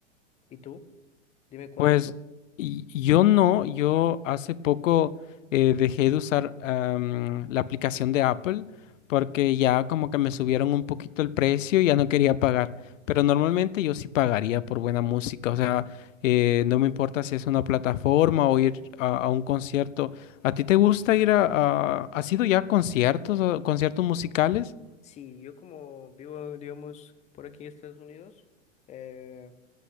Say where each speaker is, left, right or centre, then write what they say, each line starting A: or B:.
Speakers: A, on the left; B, on the left.
A: ¿Y tú? Dime cuál.
B: Pues y- yo no, yo hace poco eh, dejé de usar am, la aplicación de Apple porque ya como que me subieron un poquito el precio y ya no quería pagar. Pero normalmente yo sí pagaría por buena música, o sea, eh, no me importa si es una plataforma o ir a, a un concierto. ¿A ti te gusta ir a, a- ¿Has ido ya a conciertos o conciertos musicales?
A: Sí, yo como vivo, digamos, por aquí en Estados Unidos, eh,